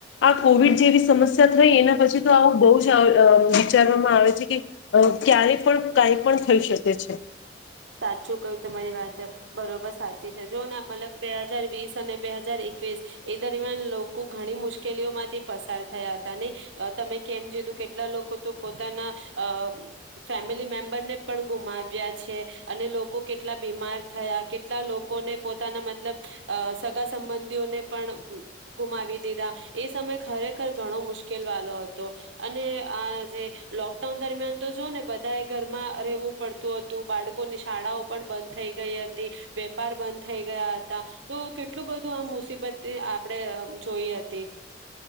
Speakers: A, on the left (about 70°); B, on the right (about 80°).
A: આ કોવિડ જેવી સમસ્યા થઈ એના પછી તો આવું બહુ જ વિચારવામાં આવે છે કે. અ ક્યારે, પણ કઈ પણ થઈ શકે છે.
B: સાચું કયું તમારી વાત. બરોબર, સાચી છે જો મતલબ બે હાજાર વીસ અને બે હાજાર એકવીસ એ દરમિયાન લોકો ઘણી મુશ્કેલીઓ માંથી પસાર થયા હતા નહી તમે કેમ જીધું કેટલા લોકો તો પોતાના અ ફેમિલી મેમ્બર ને. પણ ગુમાવ્યા છે. અને લોકો કેટલા. કેટલા, બીમાર થયા કેટલા લોકોને પોતાના મતલબ સગા સંબંધીઓને પણ ગુમાવી દીધા એ સમય ખરેખર ઘણો મુશ્કેલ વાળો હતો અને આ જે લોકડાઉન દરમિયાન તો જો ને બધાએ ઘરમાં રહેવું પડતું હતું બાળકો. લોકોની શાળાઓ પણ બંધ થઈ ગઈ હતી વેપાર બંધ થઈ ગયા હતા તો કેટલું બધું આ મુસીબત આપણે જોઈ હતી.